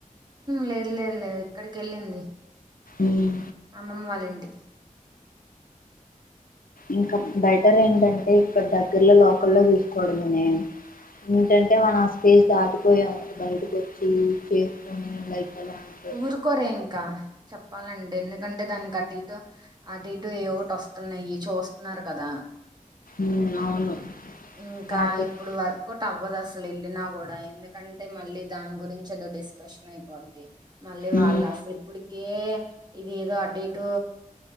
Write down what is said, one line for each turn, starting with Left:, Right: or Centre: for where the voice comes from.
Right: లేదు లేదు లే ఇక్కడికి వెళ్ళింది
Left: ఉమ్.
Right: అమ్మమ్మ వాళ్ళ ఇంటిక్ ఓకే
Left: ఇంకా బెటర్ ఏంటంటే ఇక్కడ దగ్గరలో లోకల్లో తీూసుకోవడనే ఏంటంటే మనం ఆ స్టేజ్ దాటిపోయాం బయటకు వచ్చి చేసుకుని లైక్ ఎలా అంటే
Right: ఊరుకోరే ఇంకా చెప్పాలంటె ఎందుకు అంటే దానికి అటు ఇటు అటు ఇటు ఏ ఒకటి వస్తున్నాయి చూస్తున్నారు కదా
Left: ఉమ్ అవును
Right: ఇంకా
Left: స్టాటస్
Right: ఇప్పుడు వర్కౌట్ అవ అవదు అసలు వెళ్ళిన కూడా ఎందుకంటే మళ్ళీ దాని గురించి ఏదో డిస్కషన్ అయిపోద్ది మళ్ళీ వాళ్ళు
Left: ఉమ్
Right: అసలు ఇప్పుడు కే ఇది ఏదో అటు ఇటు